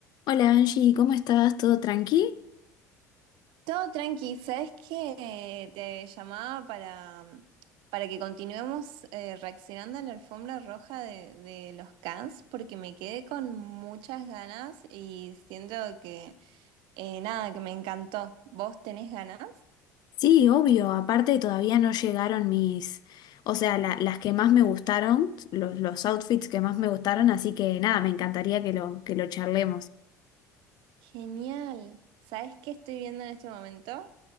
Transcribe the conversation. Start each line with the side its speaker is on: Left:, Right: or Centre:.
Left: Hola Angie, ¿cómo estás? ¿Todo tranqui?
Right: Todo tranqui, ¿sabes qué? Te llamaba para, para que continuemos eh, reaccionando a la alfombra roja de, de los Cans, porque me quedé con muchas ganas y siento que, eh, nada, que me encantó. ¿Vos tenés ganas?
Left: Sí, obvio, aparte todavía no llegaron mis, o sea, la- las que más me gustaron, los, los outfits que más me gustaron, así que nada, me encantaría que lo, que lo charlemos.
Right: Genial. ¿Sabes qué estoy viendo en este momento?